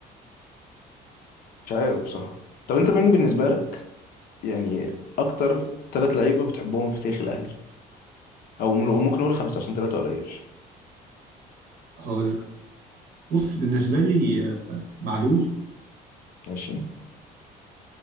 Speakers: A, on the left; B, on the right.
A: مش عارف بصراحه طب انت مين بالنسبه لك يعني اكتر ثلاث لعيبه بتحبهم في تاريخ الاهلي او من- ممكن نقول خمسه عشان ثلاثه قليل
B: هقول بص بالنسبة لي آه، معلول
A: ماشي